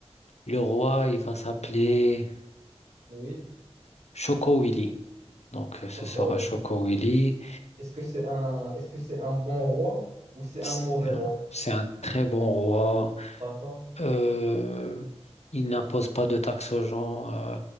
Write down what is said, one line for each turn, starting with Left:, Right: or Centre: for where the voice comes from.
Left: le roi, il va s'appeler
Right: Oui,
Left: Choco Willy. Donc euh,
Right: je
Left: ce
Right: suis
Left: sera
Right: d'accord, oui.
Left: Choco Willy.
Right: Est-ce que c'est un, est-ce que c'est un bon roi ou c'est
Left: C'est
Right: un mauvais roi?
Left: un c'est un très bon roi.
Right: D'accord.
Left: Euh, il n'impose pas de taxes aux gens. euh,